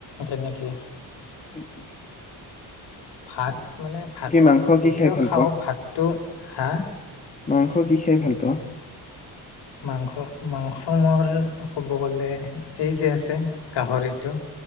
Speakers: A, on the left; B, on the left.
A: তেনেকে
B: সেইটো
A: ভাত মানে ভাতক
B: মাংস
A: যদিও
B: কি খাই ভাল
A: খাওঁ ভাতটো হাঁ
B: মংস কি? খাই ভাল পোৱা
A: মাংস মাংস মোৰ ক'ব গলে এই যে আছে গাহৰিটো